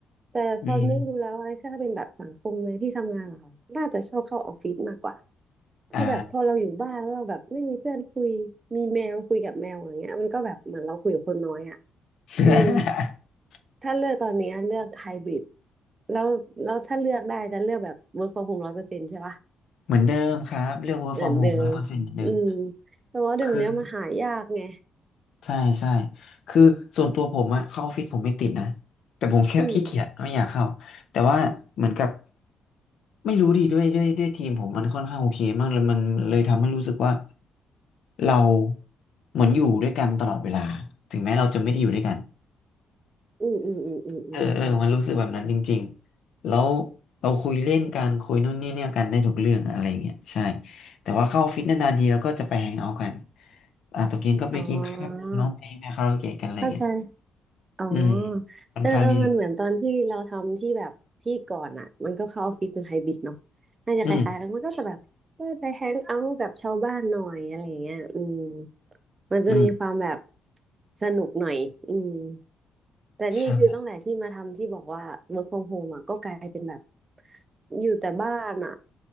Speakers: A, on the right; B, on the left.
A: แต่พอนึกดูแล้วไอ้ถ้าเป็นแบบสังคมในที่ทำงานเหรอคะน่าจะชอบเข้าออฟฟิศมากกว่า
B: อืม
A: เพราะแบบพอเราอยู่บ้านแล้วเราแบบไม่มีเพื่อนคุยมีแมวคุยกับแมวอย่างเงี้ยมันก็แบบเหมือนเราคุยกับคนน้อยอ่ะ
B: อ่า <laughs>
A: อืมถ้าเลือกตอนเนี้ยเลือกไฮบริดแล้วแล้วถ้าเลือกได้จะเลือกแบบ work from home ร้อยเปอร์เซ็นต์ใช่ปะ
B: เหมือนเดิมครับเรื่อง work
A: เหมือนเดิม
B: from home ร้อยเปอร์เซ็นต์เหมือนเดิม
A: อืมแต่ว่าเดี๋ยวเนี้ยมาหายากไง
B: คือใช่ใช่คือส่วนตัวผมอะเข้าออฟฟิศผมไม่ติดนะแต่ผมแค่ขี้เกียจไม่อยากเข้าแต่ว่าเหมือนกับ
A: อืม
B: ไม่รู้ดิด้วยด้วยด้วยทีมผมมันค่อนข้างโอเคมากเลยมันเลยทำให้รู้สึกว่าเราเหมือนอยู่ด้วยกันตลอดเวลาถึงแม้เราจะไม่ได้อยู่ด้วยกัน
A: อืมอืมอืมอืมอืม
B: เออเออมันรู้สึกแบบนั้นจริงๆแล้วเราคุยเล่นกันคุยนู่นนี่เนี่ยกันได้ทุกเรื่องอะอะไรเงี้ยใช่ แต่ว่าเข้าออฟฟิศนานๆทีเราก็จะไปแฮงเอาท์กันอ่าตกเย็นก็ไปกินข้าวร้องเพลงไปคาราโอเกะกันอะไรเงี้ย
A: อ๋อเข้าใจ อ๋อ
B: อืมค่อนข้างที่
A: เออเออมันเหมือนตอนที่เราทำที่แบบที่ก่อนอ่ะมันก็เข้าออฟฟิศเป็นไฮบริดเนาะน่าจะคล้ายๆกันมันก็จะแบบได้ไปแฮงเอาท์กับชาวบ้านหน่อยอะไรอย่างเงี้ยอืม
B: อืม
A: มันจะมีความแบบ
B: อืม
A: สนุกหน่อยอืมแต่นี่คือตั้งแต่ที่มาทำที่บอกว่า
B: ใช่
A: work from home อ่ะก็กลายเป็นแบบอยู่แต่บ้านอ่ะ